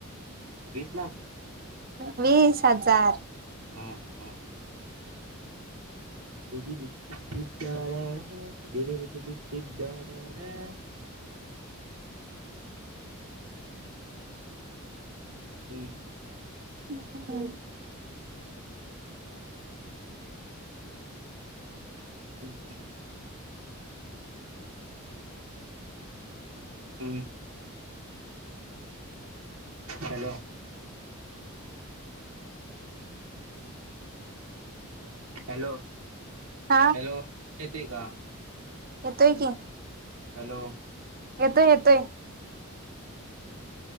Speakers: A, on the right (about 85°); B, on the right (about 45°).
A: वीस लाख
B: वीस हजार
A: हा हा <unintelligible> हम्म.
B: <unintelligible>
A: हम्म हम्म. हम्म. हॅलो हॅलो
B: हा
A: हॅलोे <inaudible> येते का?
B: येतोय की
A: हॅलो
B: येतोय येतोय.